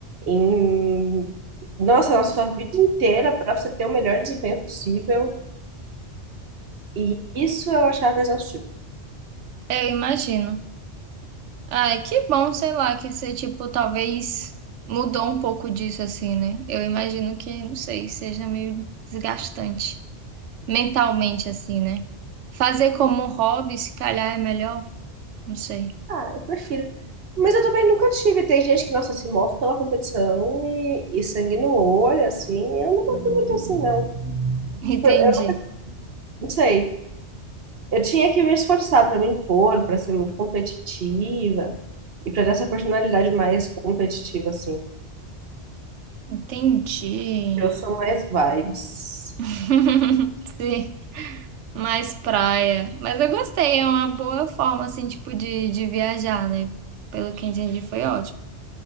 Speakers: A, on the right; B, on the right.
A: em, nossa, na sua vida inteira para você ter o melhor desempenho possível. E isso eu achava exaustivo.
B: Eu imagino. Ai, que bom, sei lá, que você, tipo, talvez mudou um pouco disso, assim, né? Eu imagino que, não sei, seja meio desgastante mentalmente, assim, né? Fazer como hobby, se calhar, é melhor? Não sei.
A: Ah, eu prefiro. Mas eu também nunca tive. Tem gente que, nossa, se move pela competição e, e sangue no olho, assim. Eu nunca fui muito assim, não.
B: Entendi.
A: Tipo, eu, eu não sei. Eu tinha que me esforçar pra me impor, pra ser muito competitiva e pra ter essa personalidade mais competitiva, assim.
B: Entendi.
A: Eu sou mais vibes.
B: <laughs> Sim, mais praia. Mas eu gostei, é uma boa forma, assim, tipo, de, de viajar, né? Pelo que entendi, foi ótimo.